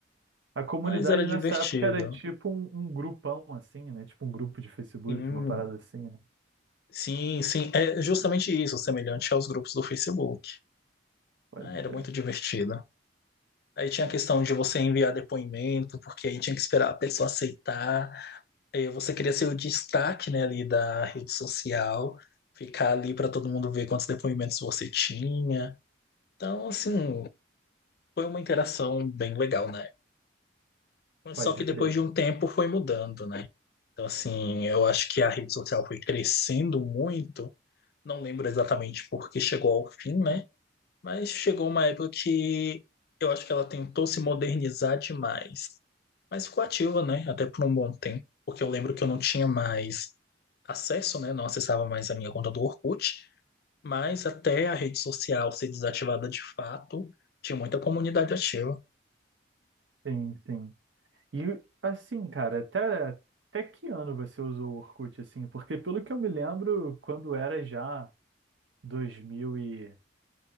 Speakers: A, on the right (about 75°); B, on the left (about 55°).
A: A comunidade
B: Mas era divertido.
A: nessa época era tipo um, um grupão assim, né? Tipo um grupo de Facebook,
B: Sim,
A: uma parada assim, né?
B: sim, sim. É justamente isso, semelhante aos grupos do Facebook.
A: Pode
B: Ah, Era
A: crer,
B: muito divertido. Aí tinha a questão de você enviar depoimento, porque aí tinha que esperar a pessoa aceitar. Aí você queria ser o destaque, né, ali da rede social, ficar ali para todo mundo ver quantos depoimentos você tinha. Então, assim, foi uma interação bem legal, né? Mas
A: pode
B: Só que depois
A: crer.
B: de um tempo foi mudando, né? Então, assim, eu acho que a rede social foi crescendo muito. Não lembro exatamente porque chegou ao fim, né? Mas chegou uma época que eu acho que ela tentou se modernizar demais, mas ficou ativa, né? Até por um bom tempo, porque eu lembro que eu não tinha mais acesso, né? Não acessava mais a minha conta do Orkut, mas até a rede social ser desativada de fato, tinha muita comunidade ativa.
A: Sim, sim. E assim, cara, até, até que ano você usou o Orkut assim? Porque pelo que eu me lembro, quando era já dois mil e